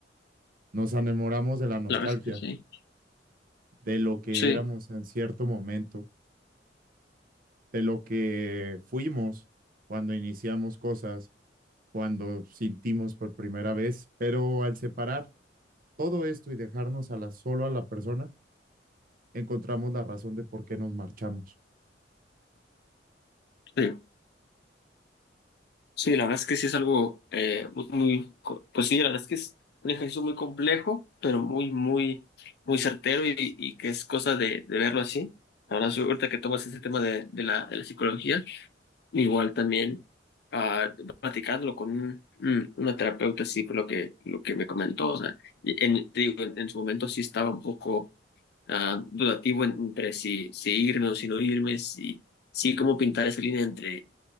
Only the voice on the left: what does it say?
La verdad es que sí.
Sí,
sí. Sí, la verdad es que sí es algo eh, muy, muy co- pues sí, la verdad es que es un ejercicio muy complejo, pero muy, muy, muy certero y, y que es cosa de, de verlo así. La verdad, sí, ahorita que tomas ese tema de, de la, de la psicología, igual también ah, platicándolo con un- un- una terapeuta, sí, por lo que, lo que me comentó, o sea, y en, te digo, en, en su momento sí estaba un poco ah, dudativo en- entre si, si irme o si no irme, si, si cómo pintar esa línea entre